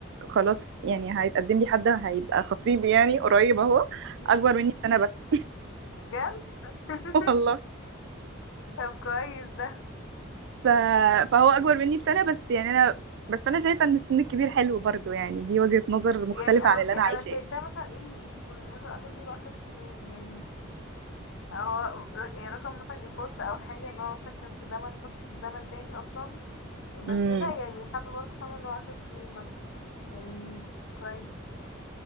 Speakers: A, on the right (about 60°); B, on the left (about 65°).
A: خلاص يعني هيتقدم لي حد هيبقى خطيبي يعني قريب اهو
B: مم.
A: اكبر مني بسنة بس <laughs>
B: بجد <laughs>
A: والله
B: طب كويس ده
A: ف... فهو اكبر مني بسنه بس يعني انا بس انا شايفه ان السن الكبير حلو برضو يعني دي وجهه نظر مختلفه
B: يعني انا
A: عن اللي
B: بصي
A: انا
B: انا
A: عايشاه
B: شايفاه مثلا ايه يكون مثلا اكبر مني بعشر سنين يعني هو ر- يعني رقم مثلا يخط او حاجة ان هو مثلا كان في زمن انا كنت في زمن تاني اصلا بس
A: امم
B: لا يعني حابة برضه فاهمة اللي هو عشر سنين برضه يعني كويس